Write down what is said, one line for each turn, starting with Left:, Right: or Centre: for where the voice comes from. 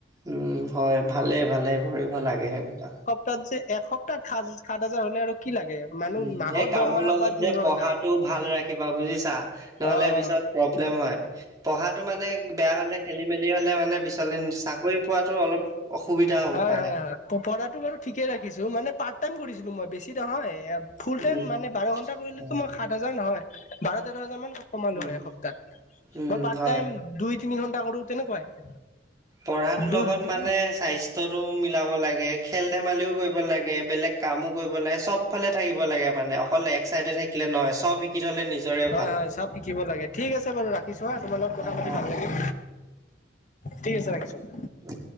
Right: উম হয় ভালে, ভালে কৰিব লাগে সেইবিলাক।
Left: তাত চে এসপ্তাহ সাত হাজাৰ হ'লে আৰু কি লাগে মানুহ
Right: উ
Left: মাহত
Right: সেই কামৰ
Left: দৰমাহা
Right: লগত
Left: পায় পোন্ধৰ
Right: যে পঢ়াটো
Left: হাজাৰ
Right: ভাল ৰাখিবা বুজিছা নহলে
Left: অ
Right: পিছত
Left: অ
Right: প্ৰব্লেম হয় পঢ়াটো মানে বেয়া হলে খেলি মেলি হলে মানে পিছ লে চাকৰি পোৱাতো অলপ অসুবিধা হ'ব
Left: হয়
Right: পাৰে।
Left: হয় হয় পঢ়াটো বাৰু ঠিকে ৰাখিছো মানে পাৰ্ট টাইম কৰিছিলোঁ মই বেছি নহয় ফোল
Right: উম,
Left: টাইম মানে বাৰ ঘণ্টা কৰিলেতো
Right: হয়,
Left: মই সাত হেজাৰ নহয় বাৰ তেৰ হাজাৰমান কমালো
Right: উম,
Left: হয় এসপ্তাহত
Right: উম,
Left: মই পাৰ্ট
Right: হয়।
Left: টাইম দুই তিনি ঘণ্টা কৰো তেনেকুৱাই।
Right: পঢ়াটোৰ
Left: দু
Right: লগত মানে স্বাস্থ্য তৰো মিলাব লাগে খেল ধেমালিও কৰিব লাগে বেলেগ কামো কৰিব লাগে চব চবফালে থাকিব লাগে মানে অকল এক্সাইেড থাকিলে নহয় চব শিক শিকি থ'লে নিজৰে
Left: হয়
Right: ভাল।
Left: হয় চব শিকিব লাগে ঠিক আছে বাৰু ৰাখিছো হা তোমাৰ লগ কথা
Right: অ',
Left: পাতি
Right: অ'।
Left: ভাল লাগিল। ঠিক আছে ৰাখিছো।
Right: অ <unintelligible>